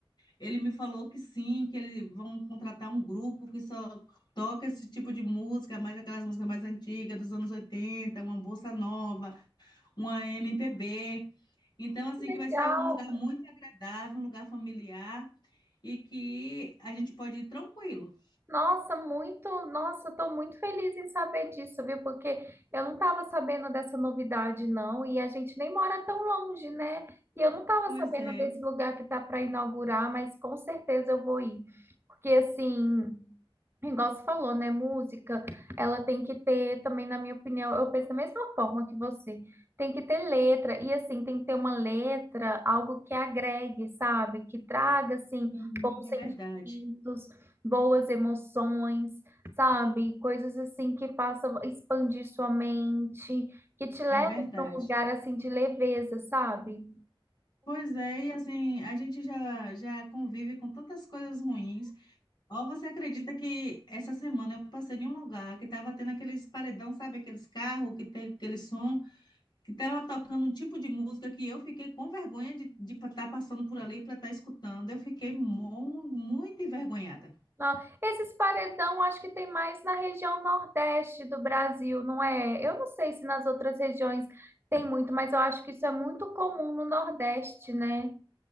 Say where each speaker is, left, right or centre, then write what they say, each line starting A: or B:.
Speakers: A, on the left; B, on the right.
A: Ele me falou que sim, que eles vão contratar um grupo que só toca esse tipo de música, mais aquelas músicas mais antigas, dos anos 80, uma bossa nova, uma MPB. Então, assim,
B: legal.
A: que vai ser um lugar muito agradável, um lugar familiar e que a gente pode ir tranquilo.
B: Nossa, muito, nossa, estou muito feliz em saber disso, viu? Porque eu não estava sabendo dessa novidade, não, e a gente nem mora tão longe, né? E eu não estava
A: Pois
B: sabendo
A: é,
B: desse lugar que tá para inaugurar, mas com certeza eu vou ir. Porque assim. Igual você falou, né? Música, ela tem que ter também, na minha opinião, eu penso da mesma forma que você. Tem que ter letra, e assim, tem que ter uma letra, algo que agregue, sabe? Que traga, assim,
A: sim,
B: bons
A: é verdade,
B: sentimentos, boas emoções, sabe? Coisas assim que façam expandir sua mente, que te leve
A: é verdade.
B: para um lugar, assim, de leveza, sabe?
A: Pois é, e assim, a gente já, já convive com tantas coisas ruins, Ou você acredita que essa semana eu passei em um lugar que estava tendo aqueles paredão, sabe? Aqueles carros que tem aquele som, que estava tocando um tipo de música que eu fiquei com vergonha de estar passando por ali para estar escutando. Eu fiquei mu- muito envergonhada.
B: Não, esses paredão acho que tem mais na região nordeste do Brasil, não é? Eu não sei se nas outras regiões tem muito, mas eu acho que isso é muito comum no Nordeste, né?